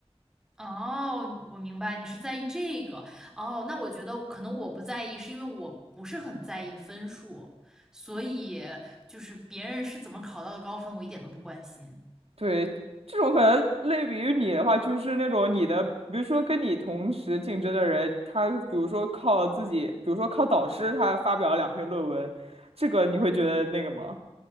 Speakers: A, in the centre; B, on the right.
A: 哦，我明白，你是在意这个。哦，那我觉得可能我不在意，是因为我不是很在意分数，所以就是别人是怎么考到的高分，我一点都不关心。
B: 对，这种可能类比于你的话，就是那种你的，比如说跟你同时竞争的人，他比如说靠自己，比如说靠导师，他发表了两篇论文，这个你会觉得那个吗？